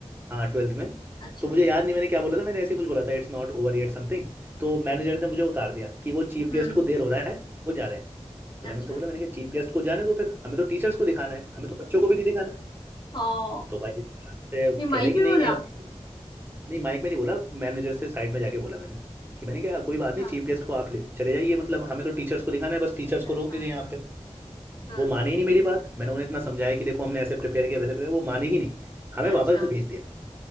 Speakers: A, on the right; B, on the left.
A: हाँ ट्वेल्थ में
B: अच्छा
A: तो मुझे याद नहीं मैंने क्या बोला था मैंने ऐसे ही कुछ बोला था it's not over yet something तो मैनेजर
B: अच्छा
A: ने मुझे उतार दिया कि वो चीफ
B: हम्म
A: गेस्ट को देर हो रहा है वो जा रहे हैं तो
B: अच्छा
A: मैंने उनसे बोला मैंने कहा चीफ गेस्ट को जाने दो फिर हमें तो टीचर्स को दिखाना है हमें तो बच्चों को भी नहीं दिखाना
B: हाँ
A: तो भाई इस बात से
B: ये
A: कह
B: माइक
A: रहे कि
B: में
A: नहीं
B: बोला
A: नहीं अब नहीं नहीं माइक में नहीं बोला मैनेजर से साइड में जाके बोला मैंने कि मैंने कहा कोई बात
B: अच्छा
A: नहीं चीफ गेस्ट को आप ले चले जाइए मतलब हमें तो टीचर्स को दिखाना है बस टीचर्स
B: अच्छा
A: को
B: अच्छा
A: रोक दीजिए यहाँ पे
B: हाँ
A: वो माने ही नहीं मेरी बात मैंने उन्हें इतना समझाया कि देखो हमने ऐसे प्रिपेयर किया वैसे प्रिपेयर वो माने ही नहीं हमें
B: अच्छा
A: वापस भेज दिया